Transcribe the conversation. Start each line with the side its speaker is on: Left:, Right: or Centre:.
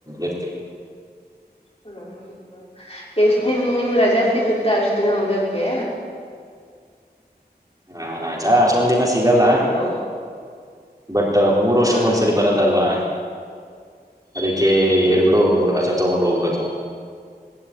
Right: ಇರ್ತೀವಿ
Left: ಹ್ಮ ಹ್ಮ್ ಹ್ಮ್ ಎಷ್ಟ ನಿಮ್ ನಿಮ್ ರಜಾ ಸಿಗುತ್ತಾ ಅಷ್ಟ ದಿನ ಹೋಗಕ್ಕೆ
Right: ಹಾ ರಾಜಾ ಅಷ್ಟೊಂದ್ ದಿನ ಸಿಗಲ್ಲ
Left: ಹಲೋ
Right: ಬಟ್ ಮೂರು ವರ್ಷಕ್ಕ
Left: ಹಾ
Right: ಒಂದ್ಸಲ ಬರೋದಲ್ವಾ ಅದಕ್ಕೆ
Left: ಹ್ಮ್
Right: ಹೇಳ್ಬಿಡು ರಜಾ ತಗೊಂಡು ಹೋಗ್ಬೇಕು